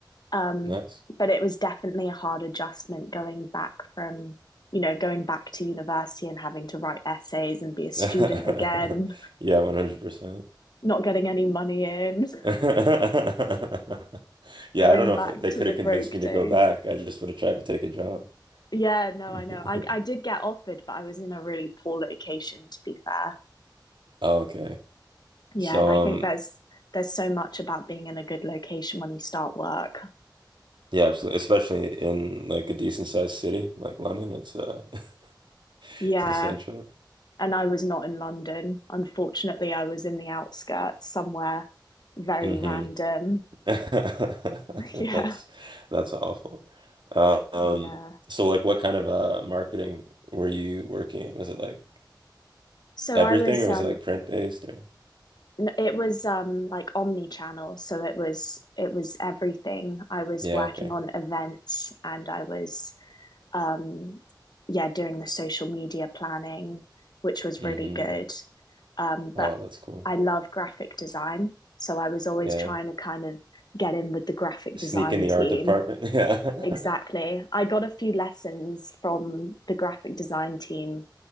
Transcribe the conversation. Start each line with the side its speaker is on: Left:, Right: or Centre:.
Left: Um,
Right: nice.
Left: but it was definitely a hard adjustment going back from, you know, going back to university and having to write essays and be a student
Right: <laughs>
Left: again,
Right: Yeah, 100%.
Left: not getting any money in,
Right: <laughs>
Left: <laughs>
Right: Yeah,
Left: going
Right: I don't know
Left: back
Right: if they
Left: to
Right: could
Left: the
Right: have
Left: broke
Right: convinced me
Left: days.
Right: to go back. I just would have tried to take a job.
Left: Yeah, no,
Right: <laughs>
Left: I know. I, I did get offered, but I was in a really poor location, to be fair.
Right: Oh, okay.
Left: Yeah,
Right: So
Left: and I think
Right: um
Left: there's there's so much about being in a good location when you start work.
Right: yeah, absolutely. Especially in like a decent sized city like London, it's uh <laughs> it's
Left: Yeah,
Right: essential.
Left: and I was not in London. Unfortunately, I was in the outskirts somewhere very
Right: hmm
Left: random.
Right: <laughs>
Left: <laughs>
Right: That's
Left: Yeah.
Right: that's awful. Uh, Um,
Left: Yeah.
Right: so like what kind of uh marketing were you working in? Was it like
Left: So
Right: everything
Left: I was
Right: or was
Left: um
Right: it like print based or
Left: n- it was um like omni-channel, so it was it was everything. I was
Right: yeah,
Left: working
Right: okay.
Left: on events and I was um yeah, doing the social media planning, which was
Right: hmm
Left: really good. Um,
Right: Oh,
Left: but
Right: that's cool.
Left: I love graphic design, so I was always
Right: Yeah.
Left: trying to kind of get in with the graphic
Right: Sneak
Left: design
Right: in the
Left: team
Right: art department. <laughs> Yeah.
Left: Exactly. I got a few lessons from the graphic design team